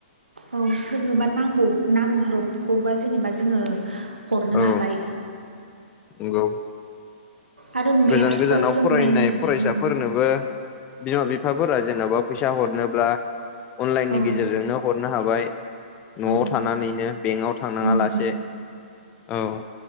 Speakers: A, on the right (about 80°); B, on the left (about 20°).
A: औ सोरनोबा नांगौ नांग्रबखौबा जेनेबा जोङो हरनो
B: औ
A: हाबाय
B: नंगौ
A: आरो मेप्सफोर
B: गोजान गोजानाव
A: जों
B: फरायनाय
A: नायनो हाबाय
B: फरायसाफोरनोबो
A: उम
B: बिमा- बिफाफोरा जेन'बा फैसा हरनोब्ला अनलाइननि
A: औ
B: गेजेरजोंनो हरनो हाबाय न'आव
A: औ
B: थानानैनो बेंकआव थांनाङा
A: उम
B: लासे औ